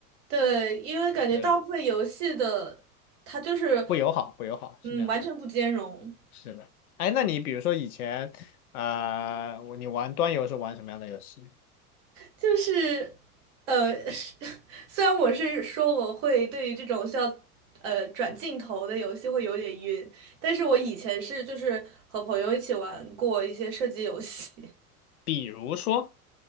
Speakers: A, on the right; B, on the left.
A: 对，因为感觉大部分游戏的它就是，
B: 对，不友好，不友好，
A: 嗯，
B: 是这样的，
A: 完全不兼容。
B: 是的。哎，那你比如说以前，呃，我你玩端游是玩什么样的游戏？
A: 就是，呃，是 <laughs> 虽然我是说我会对于这种需要呃转镜头的游戏会有点晕，但是我以前是就是和朋友一起玩过一些射击游戏
B: 比如说，